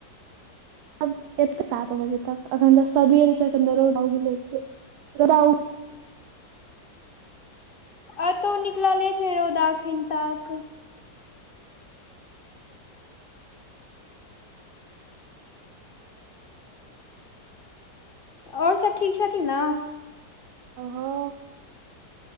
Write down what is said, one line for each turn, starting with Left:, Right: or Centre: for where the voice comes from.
Right: ब एत सात बजे तक अखन तऽ सबेर छै अखन त रौउदा उगेले छै रौउदा
Left: एतौ निकलले छै रौदा अखन तक। आओर सभ ठीक छथिन ने।
Right: आ हाँ।